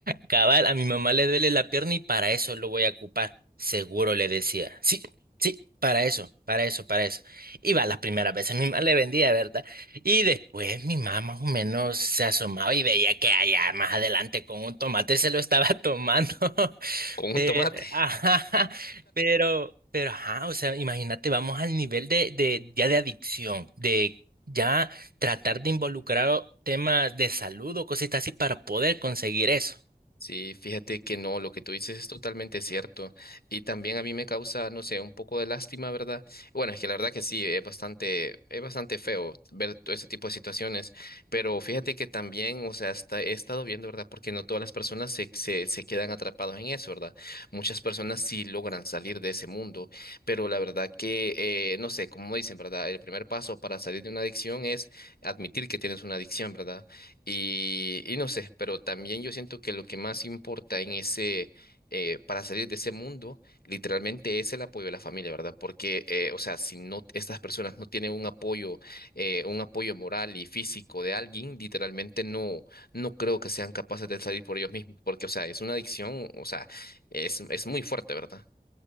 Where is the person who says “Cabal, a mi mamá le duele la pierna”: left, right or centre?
Right